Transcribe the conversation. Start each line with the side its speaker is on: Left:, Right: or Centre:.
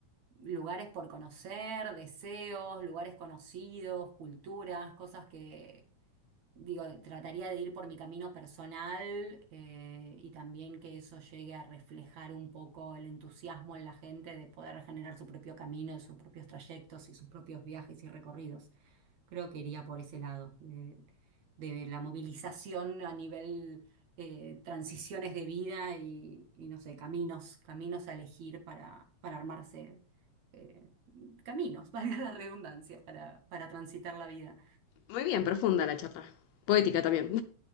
Right: lugares por conocer, deseos, lugares conocidos, culturas, cosas que digo, trataría de ir por mi camino personal eh, y también que eso llegue a reflejar un poco el entusiasmo en la gente de poder generar su propio camino, de sus propios trayectos y sus propios viajes y recorridos. Creo que iría por ese lado, de, de la movilización a nivel eh, transiciones de vida y, y no sé, caminos, caminos a elegir para, para armarse. eh, caminos, <laughs> valga la redundancia, para, para transitar la vida.
Left: Muy bien, profunda la charla. Poética también.